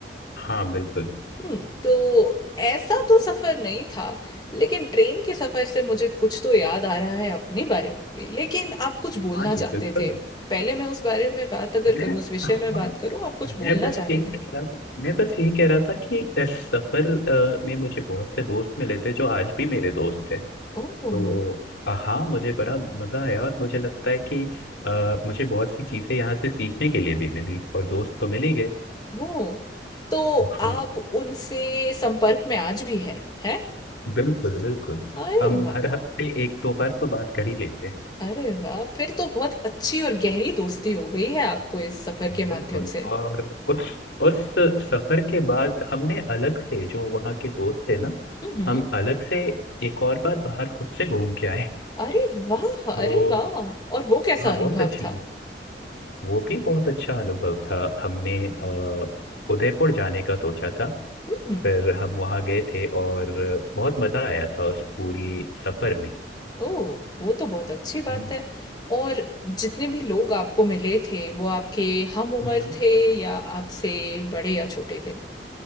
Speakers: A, on the left; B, on the left.
A: हाँ बिल्कुल
B: हम्म तो ऐसा तो सफर नहीं था लेकिन ट्रेन के सफर से मुझे कुछ तो याद आ रहा है अपने बारे में भी लेकिन आप कुछ बोलना
A: हाँ
B: चाहते
A: जी बिल्कुल
B: थे पहले मैं उस बारे में बात अगर
A: मैं
B: करूं उस विषय
A: हाँ,
B: में बात करूं आप कुछ
A: मैं
B: बोलना
A: बस
B: चाह रहे
A: यही
B: थे
A: कह रहा था मैं बस यही कह रहा था कि इस सफर अ, में मुझे बहुत से दोस्त मिले थे जो आज भी मेरे दोस्त हैं
B: ओह
A: तो अ, हाँ मुझे बड़ा मजा आया और मुझे लगता है कि अ, मुझे बहुत सी चीजें यहाँ से सीखने के लिए भी मिली और दोस्त तो मिल ही गए
B: ओह तो
A: हाँ
B: आप उनसे संपर्क में आज भी हैं हैं
A: बिल्कुल बिल्कुल
B: अरे
A: हम
B: वाह
A: हर हफ्ते एक दो बार तो बात कर ही लेते हैं
B: अरे वाह फिर तो बहुत अच्छी और गहरी दोस्ती हो गई है आपको इस सफर
A: बिल्कुल
B: के माध्यम से
A: और उस उस सफर के बाद हमने अलग से जो वहाँ के दोस्त थे ना
B: हम्म
A: हम अलग से एक और बार बाहर खुद से घूम के आए
B: अरे वाह अरे
A: तो
B: वाह और वो कैसा
A: हाँ
B: अनुभव
A: बहुत अच्छी
B: था
A: वो भी बहुत अच्छा अनुभव था हमने अ, उदयपुर जाने का सोचा था
B: हम्म,
A: फिर हम वहाँ गए थे और बहुत मज़ा आया था उस पूरी सफ़र में
B: ओह वो तो बहुत अच्छी बात
A: हम्म।
B: है और जितने भी लोग आपको मिले थे वो आपके हम उम्र
A: हम्म
B: थे या आपसे बड़े या छोटे थे